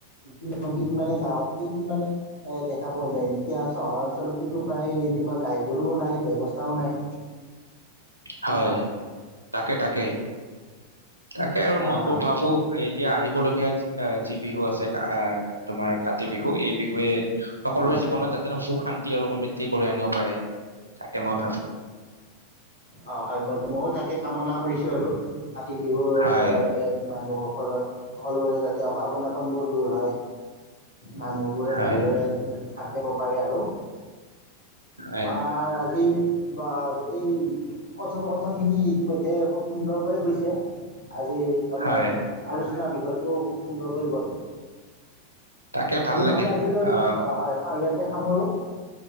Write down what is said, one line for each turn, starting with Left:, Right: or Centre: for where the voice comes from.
Left: নিয়ম খিনি মানে গাঁৱতে যি মানে এ দেখা পোৱা যায় এতিয়া চহৰ অঞ্চলতো প্ৰায় এনেকুৱা গাই গৰুও নাই ব্যৱস্থাও নাই
Right: হয়
Left: ন
Right: তাকে তাকে তাকে আৰু
Left: অঁ
Right: মই ভাবো এতিয়া আহিবলৈ আহ যি বিহু আছে আহ তোমাৰ কাতি বিহু এই বিহুৱে সকলোৰে
Left: অঁ অঁ
Right: জীৱনত যাতে ন সুখ শান্তি আৰু সমৃদ্ধি কৰি আনিব পাৰে তাকে মই ভাবো
Left: অ হয় মই ময়ো তাকে কামনা কৰিছো আৰু কাতি বিহুৰ
Right: হয়
Left: লগে লগে মানুহসকলৰ সকলোৰে যাতে অভাৱ অনাটনবোৰ দূৰ হয় মানুহ বোৰে
Right: হয়
Left: ভালদৰে থাকিব পাৰি আৰু
Right: হয়
Left: আমাৰ আজি বা গোটেই কথপকথন খিনি ইতিমধ্যে খুব সুন্দৰকৈ গৈছে আজিৰ আমাৰ
Right: হয়
Left: আলোচনা বিষয়ে হয়টোও খুব সুন্দৰকৈ গ'ল
Right: তাকে ভাল
Left: আমি নহলে
Right: লাগিল
Left: আজিলৈ
Right: আহ
Left: অ হয় ইয়াতে সামৰো